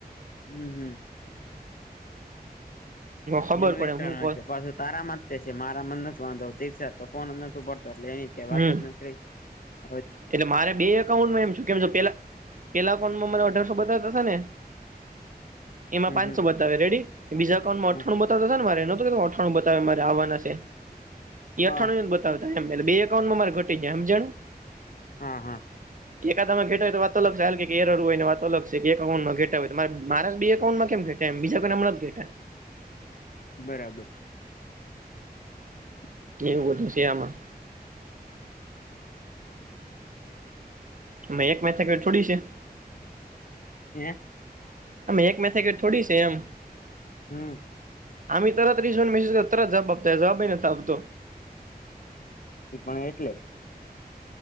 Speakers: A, on the left (about 60°); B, on the right (about 55°).
A: હમ હમ.
B: ખબર
A: એનું
B: પડે
A: કારણ
B: હું કોલ
A: છે પાછસે તારામાં છે મારા મ નથી વાંધો દી તો ફમ નથી પડતો એટલે એની કઈ
B: હમ
A: વાત જ નથી ર
B: એટલે મારે બે એકાઉન્ટમાં એમ છે કેમ છ પેલા પેલા કોન્ટમાં મારે અઢારસો બતાવતાશે ને એમાં
A: હમ
B: પાંચસો
A: હમ
B: બતા બતા રેડી બીજા અકાઉન્ટ માં
A: હા
B: અઠાણું બતા ને મારે નતો કે અઠણું બતાવે મારે આવવાના છે.
A: હા
B: અઠાણું જ બતાવતા એ બે એકાઉન્ટમાં મારે ઘટી જાય એમ હમજાણું.
A: હા હા.
B: એકા માં ઘેા હોય તો વાતો લગશે હાલ એ ર હોયને વાતો લશે છે એકાઉન્ટમાં ઘટા હોય તો મારા બે એકાઉન્ટમાં કેમ થાય. એમ બીજા કોનામ જ ઘેટા
A: બરાબર. <unintelligible> <inaudible>
B: કેવું વધું છે આમાં. મે એક મેથ છોડી છે.
A: હે
B: અમે એક મેથેકે થોડી છે એમ.
A: હમ
B: આમ ત્રીસને મેસેજ કર ત જબ આપતા જવાબાઈ નથી ત આપતો તો
A: પણ એટલે